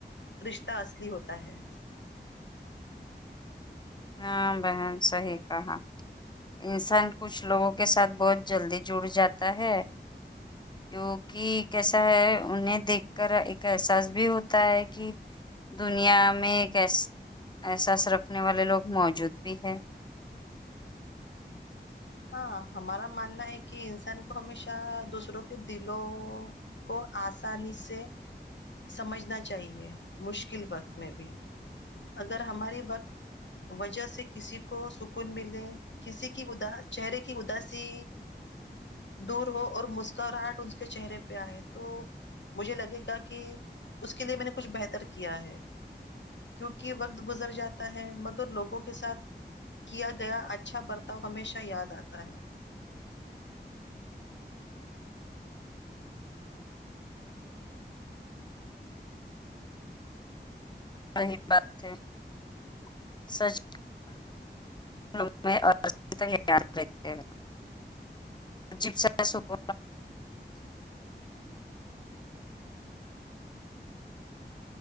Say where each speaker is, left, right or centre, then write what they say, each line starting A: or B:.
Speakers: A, on the left; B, on the left.
A: رشتہ اصلی ہوتا ہے
B: ہاں بہن صحیح کہا انسان کچھ لوگوں کے ساتھ بہت جلدی جڑ جاتا ہے
A: <unintelligible>
B: کیونکہ کیسا ہے انہیں دیکھ کر ایک احساس بھی ہوتا ہے کہ دنیا میں ایک یس احساس رکھنے والے لوگ موجود بھی ہے
A: ہاں ہمارا ماننا ہے کہ انسان کو ہمیشہ دوسروں کے دلوں کو آسانی سے سمجھنا چاہیے مشکل وقت میں بھی اگر ہماری و جہ سے کسی کو سکون ملے کسی کی ادا چہرے کی اداسی دور ہو اور مسکراہٹ اس کے چہرے پہ آئے تو مجھے لگے گا کہ اس کے لیے میں نے کچھ بہتر کیا ہے کیونکہ وقت گزر جاتا ہے مگر لوگوں کے ساتھ کیا گیا اچھا برتاؤ ہمیشہ یاد آتا ہے
B: صحیح بات ہے <unintelligible> سچ یاد رہتے ہیں جیب سا <unintelligible> سک